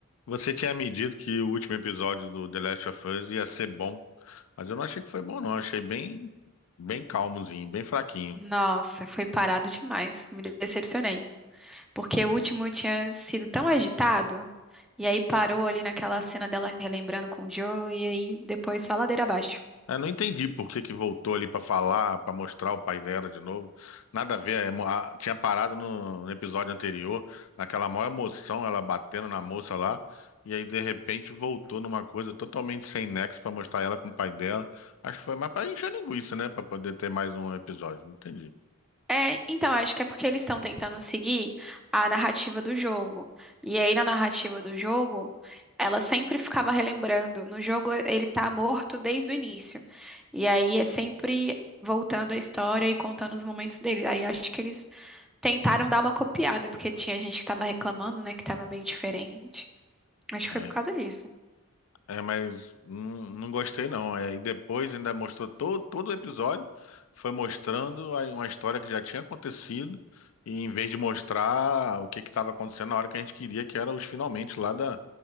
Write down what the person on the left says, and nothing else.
Você tinha me dito que o último episódio do The Last of Us ia ser bom, mas eu não achei que foi bom, não. Achei bem, bem calmozinho, bem fraquinho.
Eu não entendi por que que voltou ali pra falar, pra mostrar o pai dela de novo. Nada a ver. é mo- a- tinha parado no, no episódio anterior, naquela maior emoção, ela batendo na moça lá, e aí de repente voltou numa coisa totalmente sem nexo pra mostrar ela com o pai dela. Acho que foi mais pra encher linguiça, né? Pra poder ter mais um episódio. Não entendi.
É,
É, mas não, não gostei não. É, e depois ainda mostrou todo, todo o episódio, foi mostrando aí uma história que já tinha acontecido, e em vez de mostrar o que que estava acontecendo na hora que a gente queria, que era os finalmente lá da,